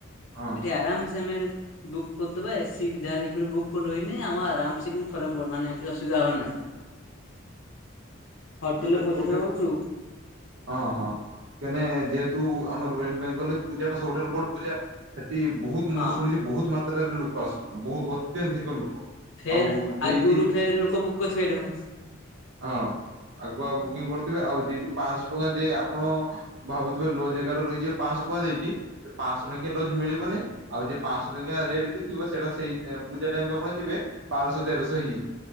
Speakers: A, on the right; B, on the left.
A: ହଁ
B: ଏଠି ଆରାମ ସେ ଆମେ ବୁକ୍ କରିଦବା ଏସିି ଯାହା ଦେଖି ବୁକ୍ କରି ରହନି ଆମ ଆରାମସେ କିଛି ଫରକ ପଡ ମେ କିଛି ଅସୁିଧା ହବାର ନାହିଁ। ହୋଟେଲରେ
A: <unintelligible>
B: ପଇସା
A: କହୁଛ
B: ଦବା ଟ୍ରୁ
A: ହଁ ହଁ। କେନେ ଯେହେତୁ ଆମର ୱେଷ୍ଟ ବେଙ୍ଗଲରେ ପୂଜା ଟା ସବୁଠାରୁ ବଡ ପୂଜା ସେଠି ବହୁତ
B: ହଁ
A: ମୁଁ ଶୁଣିଛି ବହୁତ ମାତ୍ରାରେ ଲୋକ ଆସନ୍ତି ବହୁତ ଅତ୍ୟଧିକ ଲୋକ
B: ଫେର
A: ଆଉ ଯେଇଠି
B: ଆଗରୁ ଫେର ଲୋକ ବୁକ୍ କରିଥିବେ <inaudible>
A: ହଁ ଆଗୁଆ ବୁକିଂ କରିଥିବେ ଆଉ ଯଠି ପାଞ୍ଚଶହ ଟଙ୍କା ଯେ ଆପଣ ଭାବୁଥିବେ ଲୋଜ ଜେଗାରେ ରହିଯିବେ ପାଞ୍ଚଶହ ଟଙ୍କା ଦେଇକି ପାଞ୍ଚଶହ ଟଙ୍କିଆ ଲୋଜ ମିଳିବନି। ଆଉ ଯିଏ ପାଞ୍ଚଶହ ଟଙ୍କିଆ ରେଟ୍ ବି ଥିବ ସେଇଟା ସେଇ ପୂଜା ଟାଇମ କୁ ଆପଣ ଯିବେ ବାରଶହ ତେରଶହ ହେଇ